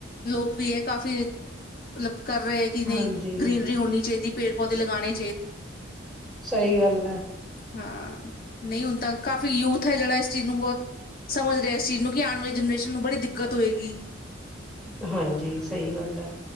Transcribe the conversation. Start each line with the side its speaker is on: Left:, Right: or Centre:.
Left: ਲੋਕ ਵੀ ਹੈ ਕਾਫੀ ਮਤਲਬ ਕਰ ਰਹੇ ਹੈ ਕਿ ਨਹੀਂ
Centre: ਹਾਂਜੀ,
Left: ਗਰੀੀਨਰੀ ਹੋਣੀ ਚਾਹੀਦੀ ਪੇੜ ਪੌਦੇ ਲਗਾਉਣੇ
Centre: ਸਹੀ ਗੱਲ ਹੈ।
Left: ਹਾਂ ਨਹੀਂ ਹੁਣ ਤਾਂ ਕਾਫ ਕਾਫ਼ੀ ਯੂਥ ਹੈ ਜਿਹੜਾ ਇਸ ਚੀਜ਼ ਨੂੰ ਬਹੁਤ ਸਮਝ ਰਿਹਾ ਇਸ ਚੀਜ਼ ਨੂੰ ਕਿ ਆਉਣ ਵਾਲੀ ਜਨਰੇਸ਼ਨ ਨੂੰ ਬੜੀ ਦਿੱਕਤ ਹੋਏਗੀ
Centre: ਹਾਂਜੀ ਸਹੀ ਗੱਲ ਹੈ